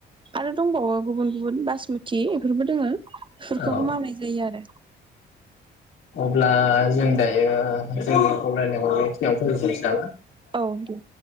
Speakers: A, on the right; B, on the left.
A: आरो दंबावो गुबुन जन बास स्मुथि बेफोरबो दोङो बेफोरखौबो
B: औ
A: मावनाय जायो आरो
B: अब्ला जों दायो जोंनि फावलायनायखौखिनियावनो फोजोबथ' नोसै नामा?
A: औे।